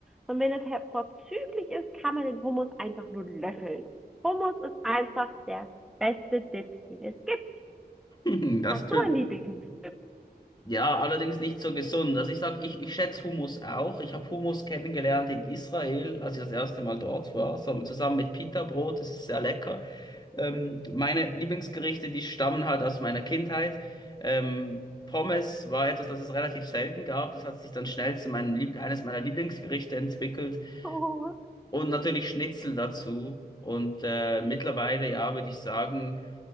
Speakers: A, in the centre; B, on the left (about 25°).
A: Und wenn es halt vorzüglich ist, kann man den Hummus einfach nur löffeln. Hummus ist einfach der beste Dip, den es gibt.
B: <laughs> Das
A: Hast
B: tönt.
A: du einen Lieblingsdip?
B: Ja, allerdings nicht so gesund. Also ich sag, ich, ich schätze Hummus auch. Ich habe Hummus kennengelernt in Israel, als ich das erste Mal dort war, so, zusammen mit Pita-Brot. Das ist sehr lecker. Ähm, meine Lieblingsgerichte, die stammen halt aus meiner Kindheit. Ähm, Pommes war etwas, das es relativ selten gab. Das hat sich dann schnell zu meinem Lieb eines meiner Lieblingsgerichte entwickelt.
A: Oh, <laughs>
B: Und natürlich Schnitzel dazu. Und äh, mittlerweile, ja, würde ich sagen,